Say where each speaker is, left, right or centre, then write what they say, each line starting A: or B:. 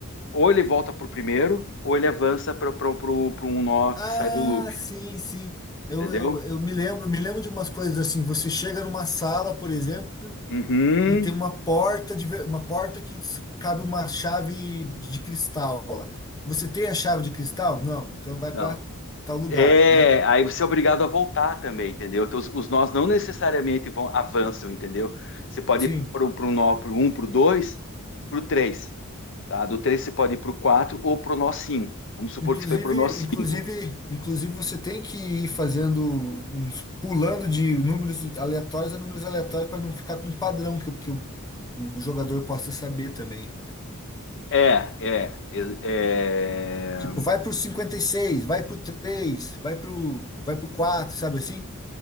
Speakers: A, on the left (about 60°); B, on the left (about 15°).
A: ou ele volta para o primeiro, ou ele avança para um nó que
B: Ah,
A: sai do loop,
B: sim, sim. Eu,
A: entendeu?
B: eu, eu me lembro, me lembro de umas coisas assim. Você chega numa sala, por exemplo,
A: Uhum.
B: e tem uma porta de, ver- uma porta que s- cabe uma chave de cristal lá. Você tem a chave de cristal? Não. Então vai
A: Não.
B: para tal lugar,
A: É,
B: né?
A: aí você é obrigado a voltar também, entendeu? Então, os, os nós não necessariamente vão avançam, entendeu? Você pode
B: Sim.
A: ir para um nó, para um, para o dois, para o três, tá? Do três você pode ir para o quatro ou para o nó cinco. Vamos supor
B: Inclusive,
A: que você foi para o nó cinco.
B: inclusive, inclusive você tem que ir fazendo uns pulando de números aleatórios a números aleatórios para não ficar com um padrão que, o- que o, o jogador possa saber também, né?
A: É, é, é, é...
B: Tipo, vai pro 56, vai pro 3, vai pro, vai pro 4, sabe assim?